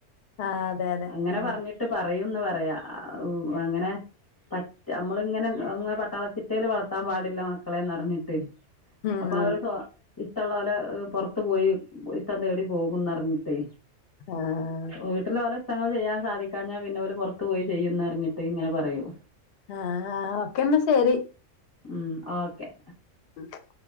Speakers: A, on the left; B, on the left.
A: ആഹ് അതെ അതെ
B: അങ്ങനെ പറഞ്ഞിട്ട് പറയൂന്ന് പറയാ അങ്ങനെ പറ്റ നമ്മളിങ്ങനെ അ പട്ടാളച്ചിട്ടൽ വളർത്താൻ പാടില്ല മക്കളെ നിറഞ്ഞിട്ട്
A: ഉം
B: അപ്പൊ അവര് ഇഷ്ടമുള്ള പോലെ പുറത്തു പോയി ഇഷ്ടം തേടി പോകന്ന്റിഞ്ഞിട്ടേ
A: ആഹ
B: വീട്ടില് ഓല ഇഷ്ടങ്ങൾ ചെയ്യാൻ സാധിക്കാ ഞ്ഞാ പിന്നെ പോറത്ത് പോയി ചെയ്യുംന്ന് അറിഞ്ഞിട്ട് ഇങ്ങനെ പറയും
A: ആഹ ഓക്കെന്നാ ശരി
B: ഉം ഓക്കെ
A: ഉം